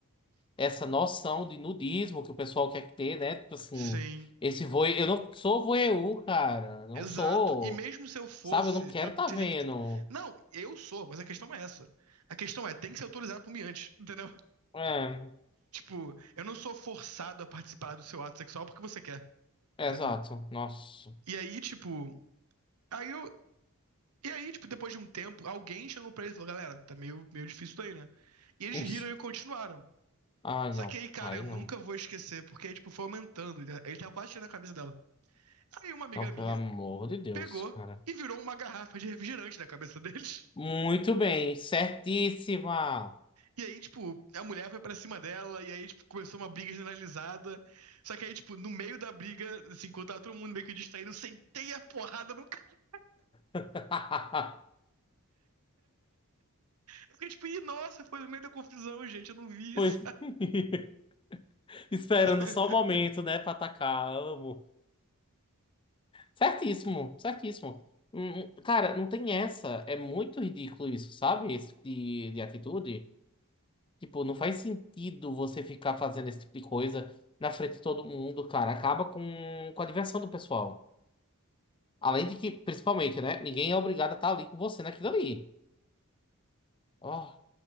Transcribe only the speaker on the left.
essa noção de nudismo que o pessoal quer ter, né? Tipo assim,
esse voe... eu não sou voyeur, cara, não
sou.
Sabe, eu não quero
tá
vendo.
É,
é
exato. Nossa.
<laughs>
Ai,
não.
Ai,
não.
Não,
pelo amor de Deus,
cara.
Muito
bem, certíssima.
<laughs>
Pois
<laughs> Esperando
só o momento, né, pra atacar. Amo. Certíssimo, certíssimo. Hum, hum, Cara, não tem essa. É muito ridículo isso, sabe? Esse tipo de, de atitude. Tipo, não faz sentido você ficar fazendo esse tipo de coisa na frente de todo mundo, cara. Acaba com, com a diversão do pessoal. Além de que, principalmente, né? Ninguém é obrigado a estar ali com você naquilo ali. Ó.